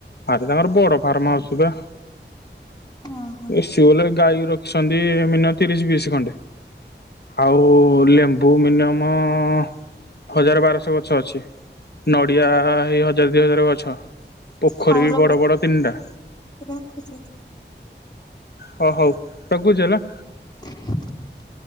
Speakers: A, on the left; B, on the left.
A: ଆରେ ତାଙ୍କର ବଡ ଫାର୍ମ ହାଉସ ବା।
B: ଓହୋ
A: ଏ ସି ବୋଲେ ଗାଈ ରଖିଛନ୍ତି-ଇ-ଇ ମିନୟମ ତିରିଶ ବିଶ୍ ଖଣ୍ଡେ। ଆଉ-ଉ-ଉ ଲେମ୍ବୁ ମିନିୟମ-ଅ-ଅ-ଅ ହଜାର ବାରଶହ ଗଛ ଅଛି। ନଡ଼ିଆ-ଆ-ଆ-ଆ ହେଇ ହଜାର ଦି ହଜାର ଗଛ। ପୋଖରୀ
B: ହଉ
A: ବି
B: ରଖୁଛି
A: ବଡ଼ ବଡ଼ ତିନିଟା।
B: ରଖୁଛି?
A: ହ ହଉ ରଖୁଛି ହେଲା।
B: <inaudible>